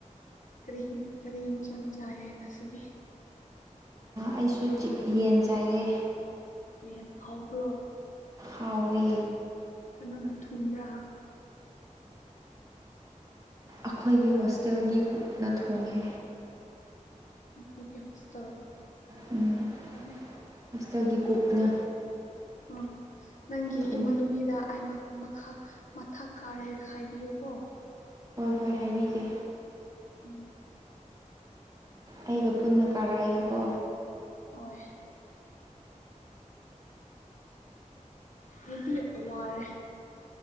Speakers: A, on the left; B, on the right.
A: ꯀꯔꯤꯍꯤ ꯀꯔꯤꯍꯤꯝ ꯆꯝ ꯆꯌꯦꯦ ꯅ ꯁꯤꯗꯤ
B: ꯑꯩꯁꯨ ꯌꯦꯟ ꯆꯥꯏꯌꯦ
A: ꯑꯦ ꯍꯕ꯭ꯔꯣ
B: ꯍꯥꯎꯋꯦ
A: ꯀꯩꯅꯣꯅ ꯊꯟꯕ꯭ꯔꯥ
B: ꯑꯩꯈꯣꯏꯒꯤ ꯍꯣꯁꯇꯦꯜꯒꯤ ꯀꯨꯛꯅ ꯊꯣꯡꯉꯦ
A: ꯑꯩꯈꯣꯏꯒꯦ ꯍꫭꯁꯇꯥꯜ
B: ꯎꯝ
A: ꯑꯣꯏꯣꯏ
B: ꯍꯣꯁꯇꯦꯜꯒꯤ ꯀꯨꯛꯅ
A: ꯎꯝ ꯅꯪꯒꯤ
B: ꯊꯣꯡꯉꯦ
A: ꯏꯃꯥꯟꯅꯨꯕꯤꯗ ꯑꯩ ꯃꯈꯥ ꯃꯊꯛ ꯀꯥꯔꯦ ꯍꯥꯏꯕꯤꯌꯨꯀꯣ
B: ꯍꯣꯏ ꯍꯣꯏ ꯍꯥꯏꯕꯤꯒꯦ
A: ꯎꯝ
B: ꯑꯩꯒ ꯄꯨꯟꯅ ꯀꯥꯔꯛꯑꯒꯦꯀꯣ
A: ꯑꯣꯏ ꯍꯥꯏꯗꯤ ꯋꯥꯔꯦ